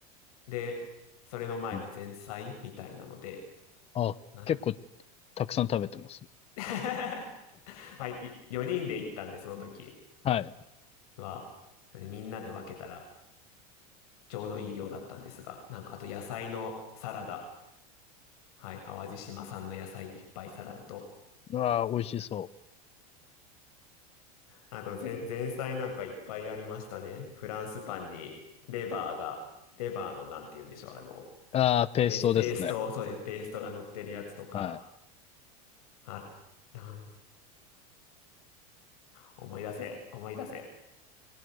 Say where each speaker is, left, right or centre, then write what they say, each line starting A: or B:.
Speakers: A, on the left (about 75°); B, on the left (about 30°).
A: で、それの前の前菜みたいなので、
B: うん。あ、
A: 何
B: 結構たくさん食べてます。
A: <laughs> はい、4人で行ったんで、その時
B: はい。
A: は。でみんなで分けたらちょうどいい量だったんですが、なんかあと野菜のサラダ、はい、淡路島産の野菜いっぱいサラダと、
B: ああ、美味しそ
A: あと前、前菜なんかいっぱいありましたね。フランスパンにレバーが、レバーのなんて言うんでしょう、あの、
B: う。ああ、ペーストですね。
A: ペース、ペースト、そうです、ペーストが乗ってるやつとか、
B: はい。
A: あ、なん、思い出せ、思い出せ。